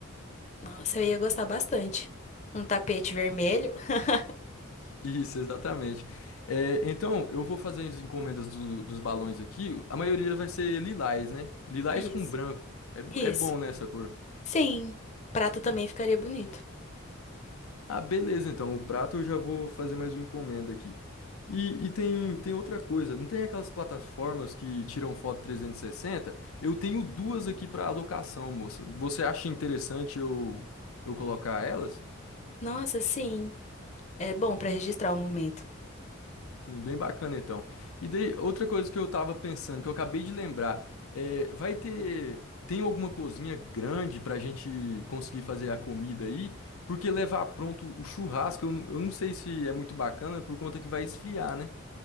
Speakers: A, on the left; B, on the left.
A: Nossa, eu ia gostar bastante. Um tapete vermelho. <laughs>
B: Isso, exatamente. É, então, eu vou fazer as encomendas do- dos balões aqui. A maioria vai ser lilás, né? Lilás
A: Isso.
B: com branco. É,
A: Isso.
B: é bom, né, essa cor?
A: Sim, prato também ficaria bonito.
B: Ah, beleza, então o prato eu já vou fazer mais uma encomenda aqui. E, e tem, tem outra coisa, não tem aquelas plataformas que tiram foto 360? Eu tenho duas aqui para alocação, moça. Você acha interessante eu, eu colocar elas?
A: Nossa, sim. É bom pra registrar o momento.
B: Sim, bem bacana então. E daí, outra coisa que eu tava pensando, que eu acabei de lembrar, é, vai ter, tem alguma cozinha grande pra gente conseguir fazer a comida aí? Porque levar pronto o churrasco, eu, eu não sei se é muito bacana por conta que vai esfriar, né?